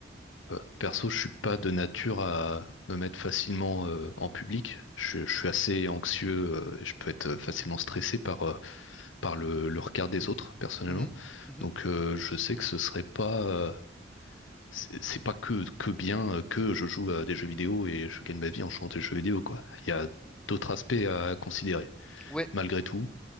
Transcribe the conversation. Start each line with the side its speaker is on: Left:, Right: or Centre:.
Left: Euh, perso, je suis pas de nature à me mettre facilement euh, en public. Je, je suis assez anxieux euh, et je peux être facilement stressé par, euh, par le, le regard des autres, personnellement.
Centre: Mmh Mmh
Left: Donc, euh, je sais que ce serait pas euh, c'est c'est pas que, que bien euh, que je joue à des jeux vidéo et je gagne ma vie en jouant à des jeux vidéo, quoi. Il y a d'autres aspects à considérer.
Centre: Oui.
Left: Malgré tout,